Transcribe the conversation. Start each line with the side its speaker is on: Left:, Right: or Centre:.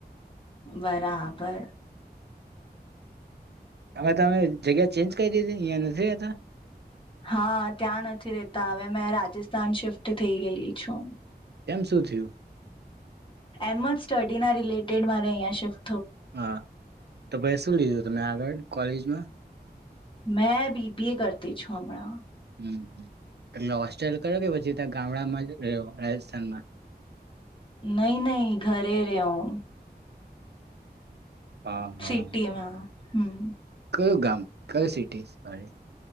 Left: બરાબર.
Right: એમાં તમે જગ્યા ચેન્જ કરી દીધી. અહીં નથી રહેતા?
Left: હા, ત્યાં નથી રેતા હવે મેં રાજસ્થાન શિફ્ટ થઈ ગયેલી છું.
Right: કેમ શું થયું
Left: એમ જ સ્ટડી ના રિલેટ ટેડ મારે અહીંયા શિફ્
Right: હા, તો પાઈ શું લીધું તમે આગળ? કોલેજમાં?
Left: મેં બી બી એ કરતી છું હમણાં.
Right: હમ્મ, હમ્મ. તમને હોસ્ટાઈ કયા કે પછી તા ગામડામાં જ રહ્યો રાજસ્થાનમાં.
Left: નહી નહી ઘરે રેહું.
Right: હા હા
Left: સિટી માં. હમ્મ.
Right: કયું ગામ? કયું સિટી વાળી?